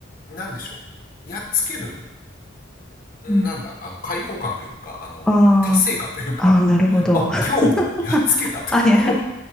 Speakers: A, on the left (about 45°); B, in the centre.
A: なんでしょう。やっつける、
B: うん、
A: なんだ、あの、解放感というか、あの、
B: あ
A: 達成感というか、
B: あ、ああ、なるほど。
A: あ、
B: <laughs>
A: 今日もやっつけたと。
B: あ、いや、<laughs>